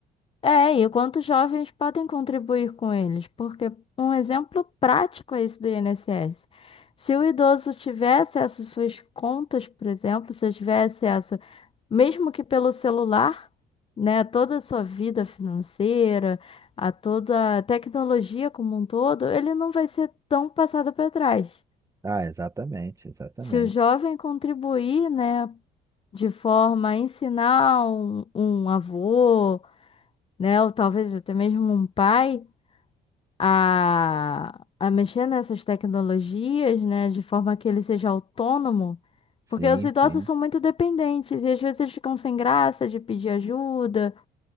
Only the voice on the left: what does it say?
É, e quantos jovens podem contribuir com eles? Porque um exemplo prático é esse do INSS. Se o idoso tiver acesso às suas contas, por exemplo, se eu tiver acesso, mesmo que pelo celular, né, a toda a sua vida financeira, a toda a tecnologia como um todo, ele não vai ser tão passado para trás.
Se o jovem contribuir, né, de forma a ensinar um, um avô, né, ou talvez até mesmo um pai a, a mexer nessas tecnologias, né, de forma que ele seja autônomo,
porque os idosos
são muito dependentes e às vezes eles ficam sem graça de pedir ajuda,